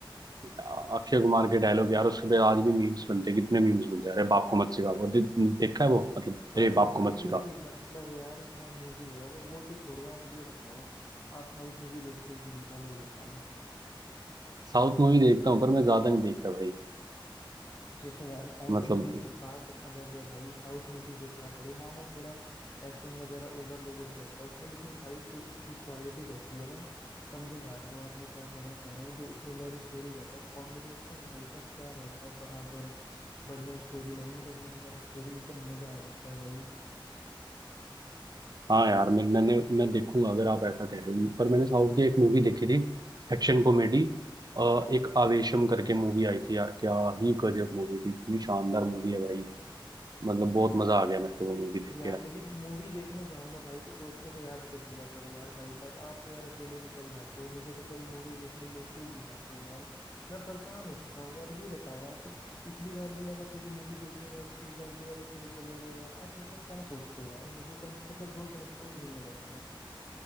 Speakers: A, on the right; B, on the left.
A: अक्षय कुमार के डायलॉग यार उसके पे आज भी मीम्स बनते हैं कितने मीम्स बनते हैं अरे बाप को मत सिखा वो दे, देखा है वो मतलब
B: अरे
A: अरे बाप
B: भाई
A: को मत सिखा
B: मतलब यार क्या मूवी है वो वो तो छोड़ो आप ये बताओ आप साउथ मूवी देखते हो कि नहीं पहले ये बताओ
A: साउथ मूवी देखता हूँ पर मैं ज्यादा नहीं देखता भाई
B: देखो यार साउथ
A: मतलब
B: मूवी की बात अलग है भाई साउथ मूवी देखा करो माना थोड़ा एक्शन वगैरह ओवरलोडेड रहता है उसमें लेकिन भाई जो उसकी क्वालिटी रहती है ना समझो बात को आप मैं क्या कहना चाह रहा हूँ जो उसमें लव स्टोरी रहता है कॉम्बिनेशन भाई साहब क्या रहता है बराबर बढ़िया स्टोरी लाइन बढ़िया लव स्टोरी एकदम मजा आ जाता है भाई
A: हाँ यार मैं मैंने मैं देखूंगा अगर आप ऐसा कह रहे हो पर मैंने साउथ की एक मूवी देखी थी एक्शन कॉमेडी एक आवेशम करके मूवी आई थी यार क्या ही गजब मूवी थी इतनी शानदार मूवी है भाई मतलब बहुत मजा आ गया मेरे को वो मूवी देख
B: यार
A: के यार
B: लेकिन मूवी देखने जाओ ना भाई तो दोस्तों को याद कर लिया करो यार भाई साहब आप तो यार अकेले निकल जाते हो मुझे तो कभी मूवी देखने लेके ही नहीं जाते हो यार मैं परेशान हो चुका हूँ यार ये बताओ आप पिछली बार भी आप अकेले मूवी देखने गए थे इस बार भी आप अकेले चले गए यार आप मतलब क्या सोचते हो यार मुझे कम मतलब दोस्त समझते हो कि नहीं ये बताओ